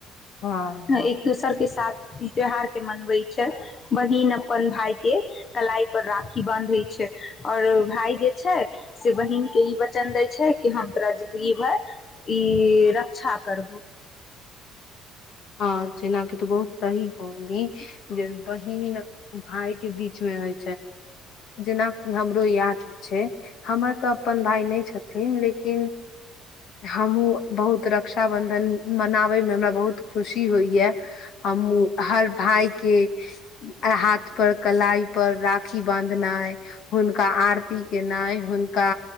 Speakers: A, on the left; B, on the left.
A: हँ हँ
B: अ-एक दोसर के साथ ई त्यौहार के मनबै छै बहिन अपन भाय के कलाई पर राखी बांधै छै आओर भाय जे छै से बहिनक के ई वचन दै छै की हम तोरा जिन्दगी भरि ई रक्षा करबहु
A: हँ जेनाक तू बहुत सही कहली जे बहि भाय के बीच मे हय जेनाकि हमरो याद छै हमर तऽ अपन भाय नहि छथिन लेकिन ह हमहुँ बहुत रक्ष रक्षा बंधन मनाबै मे हमरा बहुत खुशी होइया हम हर भाय के हाथ पर कलाई पर राख- -खी बांधनाई हुनका आरती केनाइ हुनका